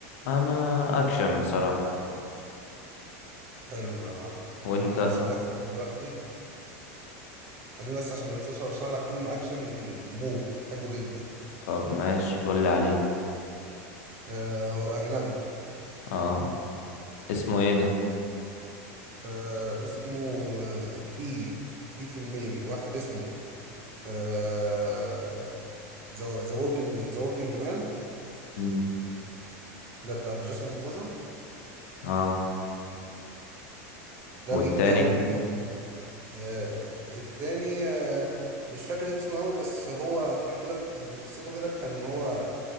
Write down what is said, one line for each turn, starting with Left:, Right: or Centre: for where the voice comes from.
Left: انا اكشن بصراحة
Right: حلو يا معلم
Left: وانت
Right: انا ممكن ارشح لك فيلم دلوقتي خليني بس عشان ما انساش ارشح لك فيلم اكشن موت حلو جدا
Left: طب ماشي قول لي عليه
Right: آه هو اجنبي
Left: اه اسمه ايه ده
Right: آه اسمه آه في في فيلمين واحد اسمه آه ذا وركينج ذا وركينج مان
Left: مم.
Right: ده بتاع جيسون ستاثام
Left: اه
Right: ده
Left: والتاني
Right: بيتكلم عن آه الت- التاني آه مش فاكر اسمه قوي بس هو هحكي لك قصته كده كان هو